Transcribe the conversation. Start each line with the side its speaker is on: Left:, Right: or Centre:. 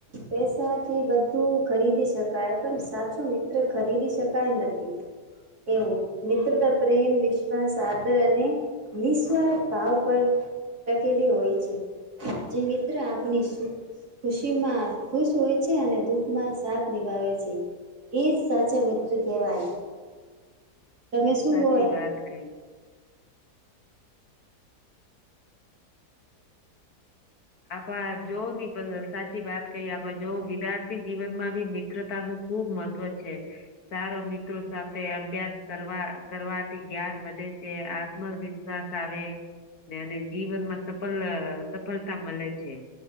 Right: પેસાથી બધું ખરીદી શકાય પણ સાચો મિત્ર ખરીદી શકાય નથી એવું મિત્રતા પ્રેમ વિશ્વાસ આદર અને નિસ્વાર્થ ભાવ પર ટકેલી હોય છે જે મિત્ર આપણી સુ ખુશી માં ખુશ હોય છે અને દુઃખમાં સાથ નિભાવે છે એ જ સાચા મિત્ર કહેવાય તમે શું
Left: સાચી
Right: હોય
Left: વાત કઈ આપ જો ની સાચી વાત કહી આપ જો વિદ્યાર્થી જીવનમાં બી મિત્રતા ન ખુબ મહત્વ છે સારો મિત્રો સાથે અભ્યાસ કરવા કરવાથી જ્ઞાન વધે છે આત્મ વિશ્વાસ આવે ને અને જીવનમાં સફ સફળતા મળે છે